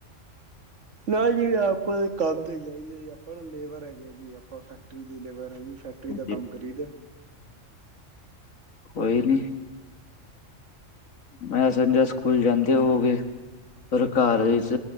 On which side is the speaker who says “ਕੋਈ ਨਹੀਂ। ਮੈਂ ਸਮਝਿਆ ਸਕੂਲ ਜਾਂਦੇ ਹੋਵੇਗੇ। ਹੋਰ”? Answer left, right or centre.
Left